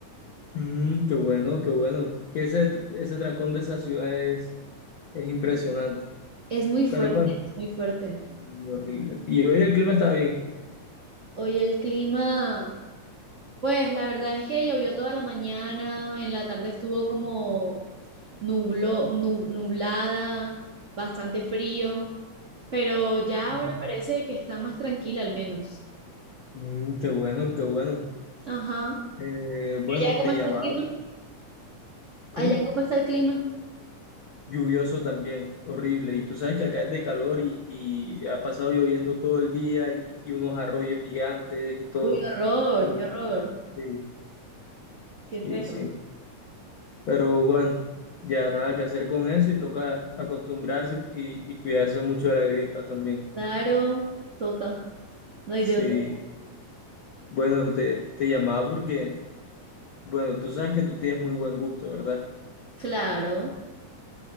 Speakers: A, on the left; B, on the right.
A: Mm, qué bueno, qué bueno. Que ese, ese trancón de esa ciudad es, es impresionante.
B: Es muy fuerte,
A: Pero bueno,
B: es muy fuerte.
A: sí, horrible. Y hoy el clima está bien.
B: Hoy el clima, pues la verdad es que llovió toda la mañana, en la tarde estuvo como nublo, nu- nublada, bastante frío, pero ya
A: Mm,
B: ahora parece que está más tranquila al menos.
A: Mm, qué bueno, qué bueno.
B: Ajá.
A: Eh, bueno,
B: ¿Y allá cómo
A: te
B: está
A: llamaba,
B: el clima? ¿Allá
A: ¿cómo?
B: cómo está el clima?
A: Lluvioso también, horrible. Y tú sabes que acá es de calor y, y ha pasado lloviendo todo el día y, y unos arroyos gigantes y todo.
B: Uy, qué horror,
A: Horrible.
B: qué horror,
A: Sí,
B: qué
A: sí,
B: feo.
A: sí. Pero bueno, ya nada que hacer con eso y toca acostumbrarse y, y cuidarse mucho de la gripa también.
B: Claro, toca, no hay
A: Sí,
B: de otra.
A: bueno, te, te llamaba porque, bueno, tú sabes que tú tienes muy buen gusto, ¿verdad?
B: Claro,